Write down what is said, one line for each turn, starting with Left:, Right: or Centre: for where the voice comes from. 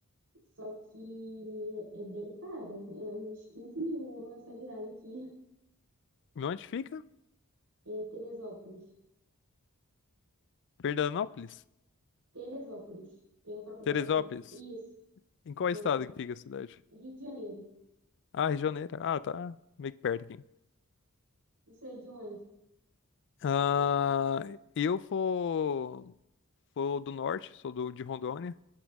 Right: Só que é bem cara, é uns 15 mil uma mensalidade aqui.
Left: E onde fica?
Right: É Teresópolis.
Left: Fernandópolis?
Right: Teresópolis. Tem a faculdade
Left: Teresópolis?
Right: aqui. Isso.
Left: Em qual
Right: Tem
Left: estado
Right: o
Left: que fica a cidade?
Right: Rio de Janeiro.
Left: Ah, Rio de Janeiro. Ah, tá meio que perto aqui.
Right: Não sei de onde.
Left: Ah, eu vou, vou do norte, sou do, de Rondônia.